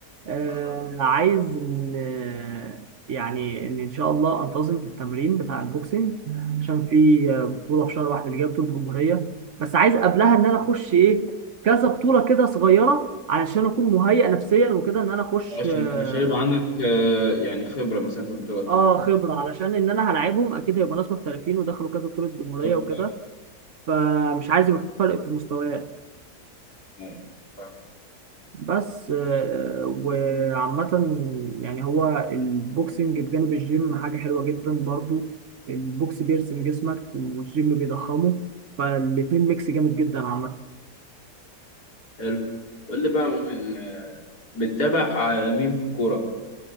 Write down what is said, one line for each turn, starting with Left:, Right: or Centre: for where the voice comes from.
Right: آه
Left: خلاص
Right: عايز ان آه، يعني ان ان شاء الله انتظم في التمرين بتاع البوكسنج عشان في آه، بطولة في شهر واحد اللي جايه بطولة جمهورية بس عايز قبلها ان انا اخش ايه كذا بطولة كده صغيرة علشان اكون مهيئ نفسيا وكده ان انا اخش
Left: عشان
Right: اه
Left: عشان يبقى عندك آه، يعني خبرة مثلا في البطولات
Right: آه، خبرة علشان ان انا هلاعبهم اكيد هيبقى ناس محترفين ودخلوا كذا بطولة جمهورية
Left: طب
Right: وكده
Left: آه،
Right: فمش عايز يبقى في فرق في المستويات
Left: أيوة، فاهم
Right: بس آه، وعامة يعني هو البوكسنج بجانب الجيم حاجة حلوة جدا برضو البوكس بيرسم جسمك والجيم بيضخمه فالاتنين ميكس جامد جدا عامة
Left: حلو قول لي بقى مؤمن آه، بتتابع آه، مين في الكورة؟